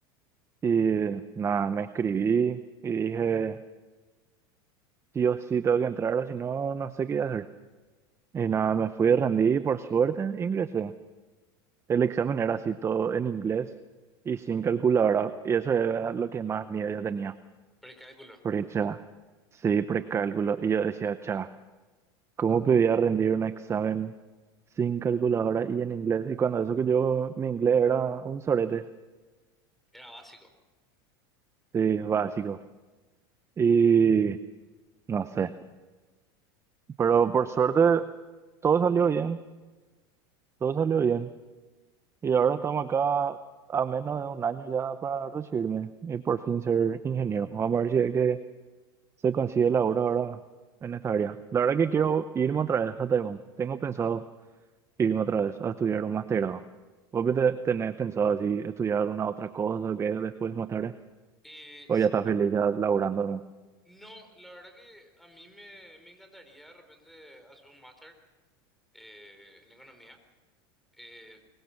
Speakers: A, on the right; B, in the centre.
A: Y nada, me inscribí y dije, sí o sí tengo que entrar o si no, no sé qué hacer. Y nada, me fui, rendí y por suerte ingresé. El examen era así todo en inglés y sin calculadora. Y eso era lo que más miedo yo tenía.
B: Precálculo,
A: Precha, sí, precálculo. Y yo decía, cha. ¿Cómo podía rendir un examen sin calculadora y en inglés? Y cuando eso que yo, mi inglés era un sorete,
B: era básico.
A: sí, básico. Y no sé, pero por suerte todo salió bien, todo salió bien. Y ahora estamos acá a menos de un año ya para recibirme y por fin ser ingeniero. Vamos a ver si es que se consigue la obra ahora en esta área. La verdad que quiero irme otra vez a Taiwán, tengo pensado. irme otra vez a estudiar un masterado. ¿Vos qué te, tenés pensado así estudiar alguna otra cosa que después más tarde?
B: Eh,
A: ¿O
B: sí,
A: ya estás feliz ya laburando, no?
B: no, la verdad que a mí me, me encantaría de repente hacer un máster eh, en economía. Eh,